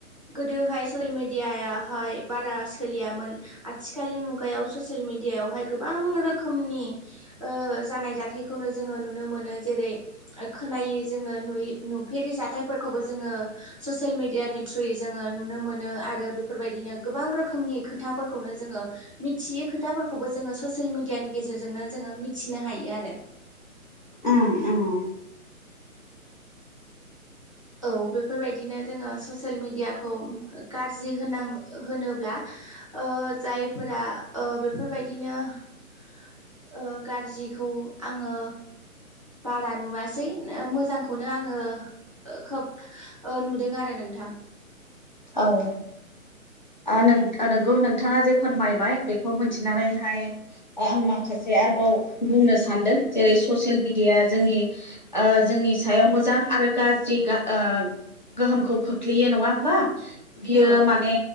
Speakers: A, on the right; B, on the left.
A: गोदोहाय ससियेल मिडियाहाय बारा सोलियामोन, आथिखालनि मुगायाव ससियेल मिडियाायावहाय गोबां रोखोमनि ओ जानाय जाथायखौनो जोङो नुनो मोनो जेरै ओ खोनायै जोङो नुयै नुफेरि जाथायफोरखौबो जोङो ससियेल मिडियानि थ्रुयै जोङो नुनो मोनो आरो बेफोरबायदिनो गोबां रोखोमनि खोथाफोरखौनो जोङो मिथियै खोथाफोरखौबो जोङो ससियेल मिडियानि गेजेरजोंनो जोङो मिथिनो हायो आरो।
B: ओम ओम।
A: औ बेफोरबायदिनो जोङो ससियेल मेडियाखौ गाज्रि होनां होनोब्ला ओ जायफोरा ओ बेफोरबायदिनो ओ गाज्रिखौ आङो बारा नुवासै, ओ मोजांखौनो आङो खोब ओ नुदों आरो नोंथां।
B: औ। आ नों नोंगौ नोंथाङा जे फोरमायबाय बेखौ मिथिनानैहाय आं माखासे आरोबाव बुंनो सानदों जेरै ससियेल मिडियाया जोंनि ओ जोंनि सायाव मोजां आरो गा गाज्रि गा ओ गोहोमखौ खोख्लैयो नङा होमबा बियो
A: औ
B: माने